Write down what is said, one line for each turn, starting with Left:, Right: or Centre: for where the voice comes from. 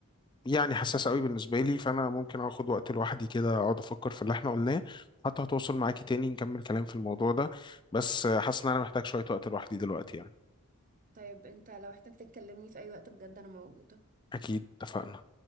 Left: يعني حساس قوي بالنسبة لي فانا ممكن اخد وقت لوحدي كده اقعد افكر في اللي احنا قلناه حتى هتوصل معاكي تاني نكمل كلام في الموضوع ده بس حاسس ان انا محتاج شوية وقت لوحدي دلوقتي يعني
Right: طيب انت لو احتاج تتكلمني في اي وقت بجد انا موجودة
Left: اكيد اتفقنا